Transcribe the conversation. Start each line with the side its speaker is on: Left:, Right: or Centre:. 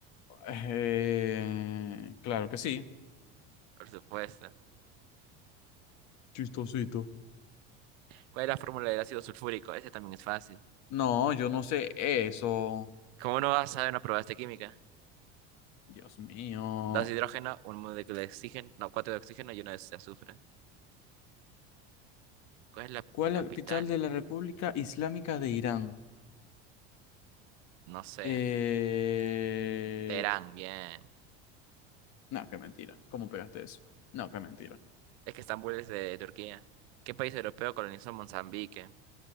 Left: Eh, claro que sí.
Right: Por supuesto.
Left: Chistosito.
Right: ¿Cuál es la fórmula del ácido sulfúrico? Ese también es fácil.
Left: No, yo no sé eso.
Right: ¿Cómo no vas a saber una prueba de química?
Left: Dios mío.
Right: Dos de hidrógeno, un molécula de oxígeno, no, cuatro de oxígeno y una de azufre. ¿Cuál es la
Left: ¿Cuál
Right: capital?
Left: es la capital de la República Islámica de Irán?
Right: No sé.
Left: Eh...
Right: Teherán, bien.
Left: No, qué mentira. ¿Cómo pegaste eso? No, qué mentira.
Right: Es que Estambul es de Turquía. ¿Qué país europeo colonizó Mozambique?